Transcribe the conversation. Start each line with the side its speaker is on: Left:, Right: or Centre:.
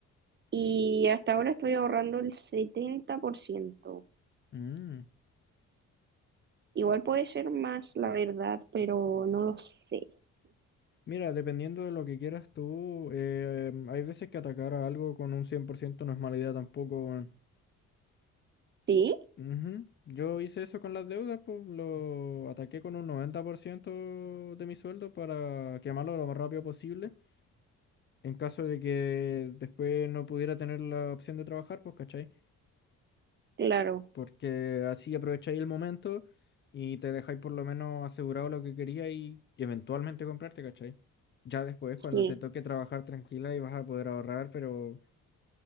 Right: y hasta ahora estoy ahorrando el setenta por ciento
Left: Mm.
Right: Igual puede ser más, la verdad, pero no lo sé.
Left: Mira, dependiendo de lo que quieras tú, eh, hay veces que atacar a algo con un 100% no es mala idea tampoco. weón.
Right: ¿Sí?
Left: Ujú. Yo hice eso con las deudas, pues lo ataqué con un 90% de mi sueldo para quemarlo lo más rápido posible. En caso de que después no pudiera tener la opción de trabajar, pues, ¿cachai?
Right: Claro,
Left: porque así aprovecháis el momento y te dejáis por lo menos asegurado lo que queríais y eventualmente comprarte, ¿cachai? Ya después,
Right: sí.
Left: cuando te toque trabajar tranquila y vas a poder ahorrar, pero